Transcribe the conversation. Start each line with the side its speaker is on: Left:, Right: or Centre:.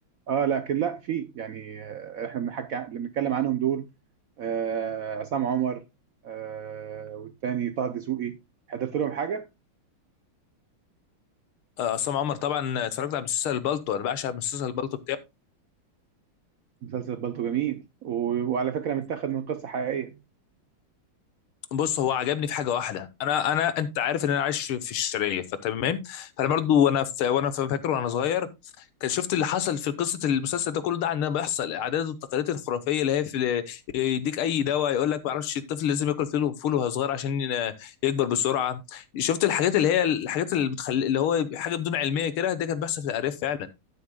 Right: اه لكن لا في يعني آه، احنا بنحكي عن- اللي بنتكلم عنهم دول آه، عصام عمر آه، والتاني طه دسوقي حضرت لهم حاجه
Left: آه، عصام عمر طبعا اتفرجت على مسلسل البلطو انا بعشق مسلسل البلطو بتاعه
Right: مسلسل بالطو جميل و- وعلى فكره متاخد من قصه حقيقيه
Left: بص هو عجبني في حاجه واحده انا انا انت عارف ان انا عايش في الشرقيه فتمام فانا برضو وانا في وانا في- فاكر وانا صغير كان شفت اللي حصل في قصه المسلسل ده كله ده عندنا بيحصل العادات والتقاليد الخرافيه اللي هي في يديك اي دواء يقول لك ما اعرفش الطفل لازم ياكل فول فول وهو صغير عشان ي- يكبر بسرعه شفت الحاجات اللي هي الحاجات اللي بتخلي اللي هو حاجه بدون علميه كده ده كان بيحصل في الارياف فعلا